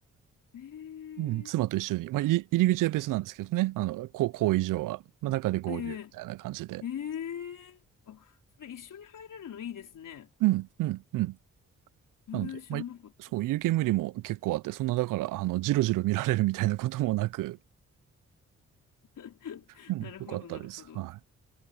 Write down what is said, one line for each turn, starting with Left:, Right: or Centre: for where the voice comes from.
Left: えー、
Right: うん、妻と一緒に、まあ、入り入り口は別なんですけどね、あの、こう、こう以上は、まあ、中で合流みたいな感じで。
Left: えー、えー、あ、それ一緒に入れるのいいですね。
Right: うん、うん、うん。
Left: えー、
Right: なので、
Left: 知らなかった。
Right: まあ、そう、湯煙も結構あって、そんな、だから、あの、じろじろ見られるみたいなこともなく、
Left: <laughs>
Right: うん、
Left: なるほど、
Right: よかったです。
Left: なるほど。
Right: はい。